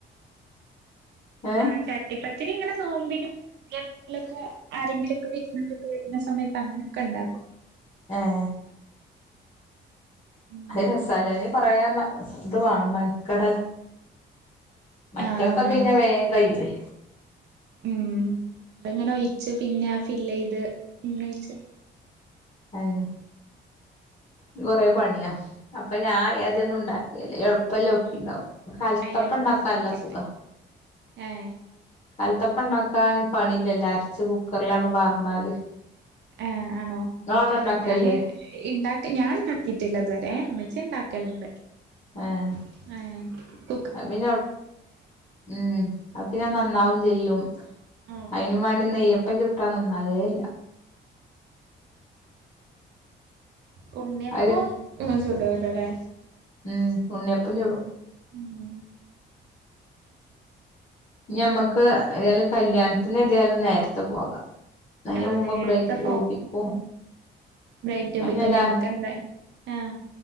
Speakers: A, on the left; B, on the right.
A: ഏഹ്
B: ആ ചട്ടിപ്പത്തിരി ഇങ്ങനെ നോമ്പി <unintelligible> ആരെങ്കിലൊക്കെ വിരുന്നാരൊക്കെ. സമയത്ത് അങ്ങനെക്കെ ഉണ്ടാക്കും.
A: ആഹ് -
B: ഉം
A: അത് രസാലെ കൊറെ ഇത് വാണം മണിക്കടല. മറ്റൊക്കെ
B: ആഹ് വേണം
A: പിന്നെ വേഗം കയ്യൊയ്.
B: ഉം അതങ്ങനെ ഒഴിച്ച് പിന്നെ ആ ഫില് ചെയ്ത് പിന്നെ ഒഴിച്ച്.
A: അതന്നെ. ഇ ത് കൊറെ പണിയാ അപ്പൊ ഞാൻ അദൊന്നും ഉണ്ടാക്കിയേല്ല എളുപ്പല്ല ഒക്കെ ഉണ്ടാക്കും. കൽത്തപ്പണ്ടാക്കാനല്ല
B: എളുപ്പം നോക്കിട്ട്
A: സുഖ.
B: ഏഹ്
A: കല്ത്തപ്പ ണ്ടാക്കാ പണിയില്ല ലോ അരച്ച് കുക്കറിലാണ് പാർന്നാല്.
B: എ ആണോ
A: ഇങ്ങളവിടെ
B: എനിക്ക് പറ
A: ഇണ്ടാക്കലില്ലേ
B: ഞാൻ ഇണ്ടാക്ക ഞാൻ ഇണ്ടാക്കിട്ടില്ല ഇതുവരെ. ചിണ്ടാക്കലുണ്ട്.
A: ആഹ
B: ഏ
A: പിന്നെ ഉം അ പിന്നെ നന്നാവും ചെയ്യും
B: ആഹ്
A: അതിനും. വാണ്ടി നെയ്യപ്പം ചുട്ടാ നന്നാവേയില്ല.
B: കുണ്ണിയപ്പം
A: അത്
B: ആ ചൂടുല്ലോ അല്ലേ
A: ഉം ഉണ്ണിയപ്പം ചൂടും
B: ഉം...
A: ഇനി ഞമ്മക്ക് ഏതായാലും കല്യാണത്തിന് ഏതായാലും നേരത്തെ പോകാം നഞ
B: ആഹ്
A: മുമ്പ്
B: നേരത്തെ
A: <unintelligible>
B: ബ്രൈറ്റും
A: അയിനെല്ലാ
B: ഞമ്മക്ക ആഹ്